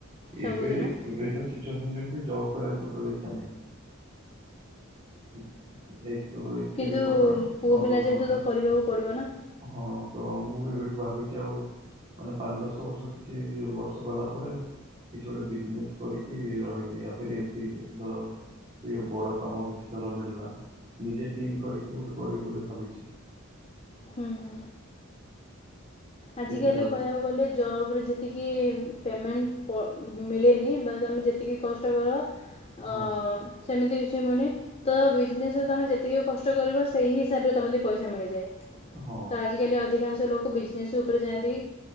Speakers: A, on the left (about 30°); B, on the right (about 30°).
A: ସବୁଦିନ
B: ଏବେ ଏବକା ସିଶ୍ଚୁଏସନ୍ ଯେମ୍ତି ଜବ କରିବାକୁ <unintelligible> ଇଚ୍ଛା ନାହିଁ। ଏକ୍ ତ ଏତ
A: କିନ୍ତୁ
B: ଖଟନି
A: ପୁଅ
B: ନଅ
A: ପିଲା
B: ଦଶ
A: ଯେହେତୁ
B: ଘଣ୍ଟା।
A: ତ କରିବାକୁ ପଡ଼ିବ ନା
B: ହଁ ତ ମୁଁ ଏବେଠୁ ଭାବିଚି ଆଉ ମାନେ ପାନ୍ଦ ଦଶ ବର୍ଷ କିଛି ବର୍ଷ ଗଲା ପରେ କିଛି ଗୋଟେ ବିଜନେସ୍ କରିକି ରହିବି <unintelligible> ଏମ୍ତି ଧର ଟିକେ ବଡ଼ କାମ କିଛି ଥର ମିଳିଲା ନିଜେ ଟିମ୍ କରିକି ଗୋଟେ କରିବି ବୋଲି ଭାବିଚି।
A: ହୁଁ ହୁଁ। ଆଜିକାଲି
B: ଦେଖାଯାଉ
A: କହିବାକୁ
B: କେ
A: ଗଲେ ଜବରେ ଯେତିକି ପେମେଣ୍ଟ ପ ମିଳେନି ବା ତମେ ଯେତିକି କଷ୍ଟ କର
B: ହଁ।
A: ହ ସେମିତି କିଛି ପୁଣି ତ ବିଜନେସରେ ତମେ ଯେତିକି କଷ୍ଟ କରିବ ସେଇ ହିସାବରେ ତମ କତିକି ପଇସା ମିଳିଯାଏ।
B: ହଁ
A: ତ ଆଜିକାଲି ଅଧିକାଂଶ ଲୋକ ବିଜନେସ୍ ଉପରେ ଯାଆନ୍ତି।